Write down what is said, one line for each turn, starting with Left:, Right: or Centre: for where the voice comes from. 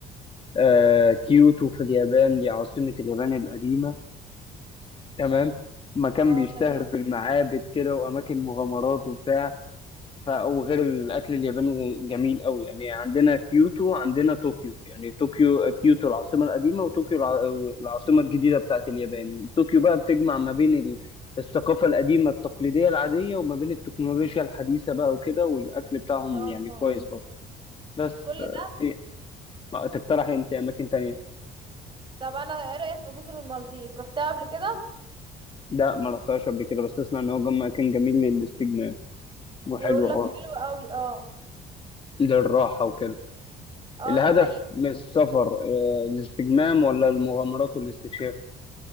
Left: آه، كيوتو في اليابان دي عاصمة اليابان القديمة تمام مكان
Right: اه
Left: بيشتهر
Right: تمام
Left: بالمعابد كده وأماكن مغامرات وبتاع ف... وغير الأكل الياباني جميل قوي يعني عندنا كيوتو عندنا طوكيو يعني طوكيو كيوتو العاصمة القديمة وطوكيو الع... العاصمة الجديدة بتاعت اليابان طوكيو بقى بتجمع ما بين ال... الثقافة القديمة التقليدية العادية وما بين التكنولوجيا الحديثة بقى وكده والأكل بتاعهم
Right: ان شاء
Left: يعني
Right: الله
Left: كويس برضه بس
Right: كل
Left: ف...
Right: ده
Left: في ما تقترح أنت أماكن تانية؟
Right: طب انا ايه رايك في جزر المالديف رحتها قبل كده
Left: لا ما رحتهاش قبل كده بس أسمع إن هو جم- مكان جميل للاستجمام وحلو
Right: بيقول
Left: أه
Right: لك حلو قوي اه
Left: للراحة وكده
Right: اه
Left: الهدف
Right: ده حقيقي
Left: من السفر آه، الاستجمام ولا المغامرات والاستكشاف